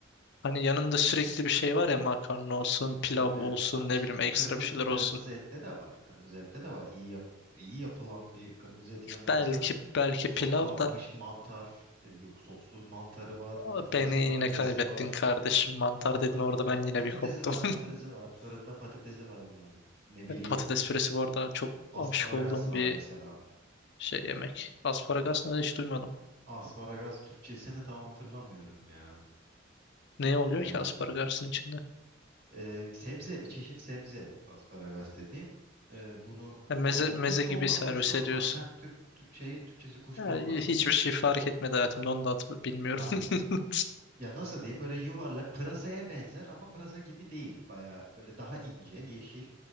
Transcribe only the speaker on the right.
evet
evet. Ha, işte
o
kırmızı
kırmızı
ette de var. Kırmızı ette de var. İyi yap iyi yapılan bir kırmızı etin yanında
mesela
soslanmış
mantar, e, yok soslu mantarı var,
patatesi
var,
püresi
var.
Tamam
pa-
patatesi
var, patatesi var. Fırında patatesi var bunun. Ne bileyim
asparagas
var
mesela.
Asparagas Türkçesini tam hatırlamıyorum ya.
Ee,
e, sebze, bir çeşit sebze asparagas dediğim. Ee, bunu
normal
kuşkonmaz,
kuşkonmaz.
Heh, Türk Türkçeyi Türkçesi kuşkonmaz.
Ah.
Ya nasıl diyeyim böyle yuvarlak pırasaya benzer ama pırasa gibi değil. Baya böyle daha ince, yeşil.